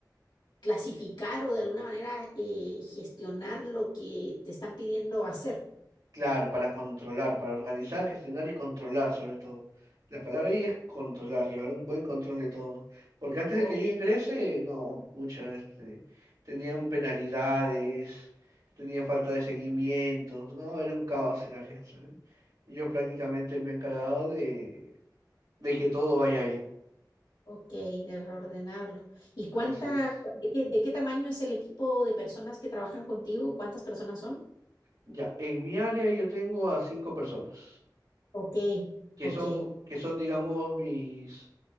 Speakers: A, on the left; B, on the right.
A: clasificar o de alguna manera eh, gestionar lo que te están pidiendo hacer.
B: Claro, para controlar, para organizar, gestionar y controlar sobre todo. La palabra ahí es controlar, llevar un buen control de todo. Porque antes
A: Oh,
B: de que yo ingrese, no, pucha, este, tenían penalidades, tenían falta de seguimiento, no, era un caos el área, ¿sabes? Y yo prácticamente me he encargado de, de que todo vaya bien.
A: ok, de reordenarlo. ¿Y cuánta,
B: Así es.
A: cu- de qué, de qué tamaño es el equipo de personas que trabajan contigo? ¿Cuántas personas son?
B: Ya, en mi área yo tengo a cinco personas,
A: Ok,
B: que
A: ok,
B: son, que son, digamos, mis